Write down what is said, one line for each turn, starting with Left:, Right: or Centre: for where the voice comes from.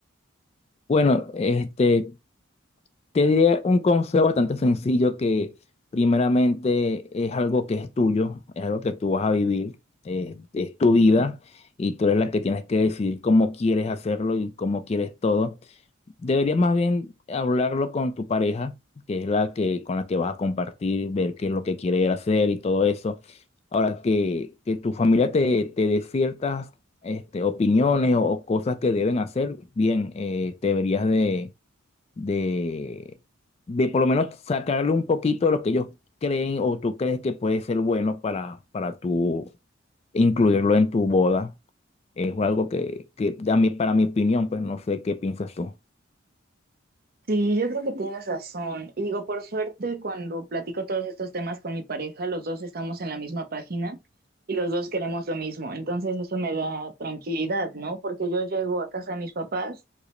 Left: Bueno, este, te diría un consejo bastante sencillo que primeramente es algo que es tuyo, es algo que tú vas a vivir, eh, es tu vida y tú eres la que tienes que decidir cómo quieres hacerlo y cómo quieres todo. Deberías más bien hablarlo con tu pareja, que es la que con la que vas a compartir, ver qué es lo que quiere hacer y todo eso. Ahora, que, que tu familia te, te dé ciertas este, opiniones o, o cosas que deben hacer, bien, eh, te deberías de, de, de por lo menos sacarle un poquito de lo que ellos creen o tú crees que puede ser bueno para, para tu, incluirlo en tu boda. Es algo que, que a mí- para mi opinión, pues no sé qué piensas tú.
Right: Sí, yo creo que tienes razón. Y digo, por suerte, cuando platico todos estos temas con mi pareja, los dos estamos en la misma página y los dos queremos lo mismo. Entonces eso me da tranquilidad, ¿no? Porque yo llego a casa de mis papás